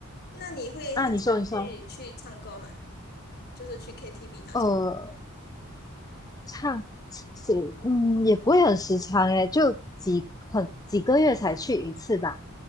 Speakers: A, on the left (about 50°); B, on the left (about 15°).
A: 那你会很常去去唱歌吗？
B: 啊，你说你说，
A: 就是去 KTV 那种？
B: 呃。唱是嗯，也不会很时常诶，就几很几个月才去一次吧。